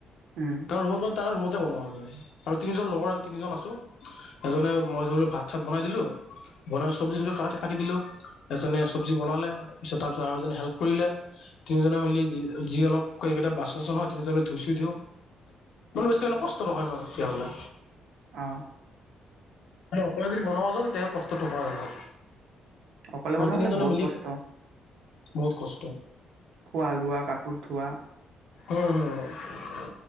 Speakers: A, on the right (about 80°); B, on the left (about 70°).
A: উম
B: তাৰ ৰুমত মানে, তাৰ ৰুমত জে বনাওঁ আমি, আৰু তিনিজন লগৰ আমি তিনিজন আছোঁ, এজনে, মই ধৰি ল ভাত চাত বনাই দিলোঁ, বনাই চব্জি তবজি কা কাটি দিলো, এজনে চব্জি বনালে, পিছত তাৰ পিছত আৰু এজনে হেল্প কৰিলে, তিনিজনে মিলি যি যি অলপ কেইটা বাচন চাচন হয়, তিনিজনে ধুই চুই দিওঁ, মানে বেছি মানে কষ্ট নহয় মা তেতিয়াহলে।
A: অ'
B: মানে অকলে যদি বনোৱা যায়, তেতিয়াহে কষ্টটো হয় অলপ।
A: অকলে
B: মানে
A: বনালে
B: তিনিজনে
A: বহুত
B: মিলি
A: কষ্ট!
B: বহুত কষ্ট!
A: খোৱা, লোৱা, কাপোৰ ধোৱা
B: উম, হু, হু,